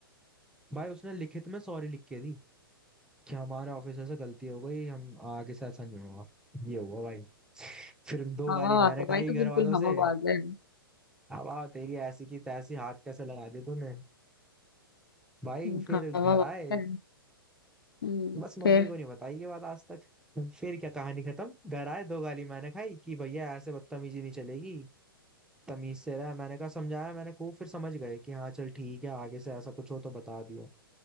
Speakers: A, in the centre; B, on the left (about 65°).
A: भाई उसने लिखित में सॉरी लिख के दी कि हमारे ऑफिसर से गलती हो गई हम आगे से ऐसा नहीं होगा ये हुआ भाई फिर दो
B: हवाबाज
A: गाली मैंने
B: है
A: खाई
B: भाई तो
A: घर
B: बिल्कुल
A: वालों से
B: हवाबाज है
A: अब आओ तेरी ऐसी की तैसी हाथ कैसे लगा दी तूने भाई
B: हम्म,
A: फिर घर
B: हवाबाज
A: आए
B: है हम्म,
A: बस मम्मी
B: फिर
A: को नहीं बताई ये बात आज तक फिर क्या कहानी खत्म घर आए दो गाली मैंने खाई कि भैया ऐसे बदतमीजी नहीं चलेगी तमीज से रहा मैंने कहा समझाया मैंने खूब फिर समझ गए कि हाँ चल ठीक है आगे से ऐसा कुछ हो तो बता दियो